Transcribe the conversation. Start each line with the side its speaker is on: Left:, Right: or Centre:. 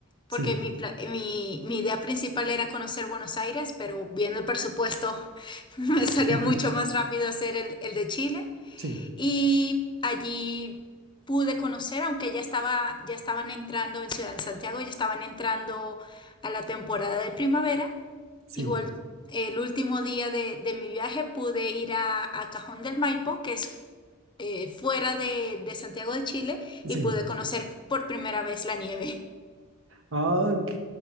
Left: porque
Right: Sí,
Left: mi, pla- mi, mi idea principal era conocer Buenos Aires, pero viendo el presupuesto <laughs> me salía
Right: <laughs>
Left: mucho más rápido hacer el, el de Chile.
Right: sí,
Left: Y allí pude conocer, aunque ya estaba, ya estaban entrando en Ciudad de Santiago, ya estaban entrando a la temporada de primavera.
Right: sí,
Left: Igual, el último día de, de mi viaje pude ir a, a Cajón del Maipo, que es eh, fuera de, de Santiago de Chile,
Right: sí.
Left: y pude conocer por primera vez la nieve. <laughs>
Right: Ah, Ok,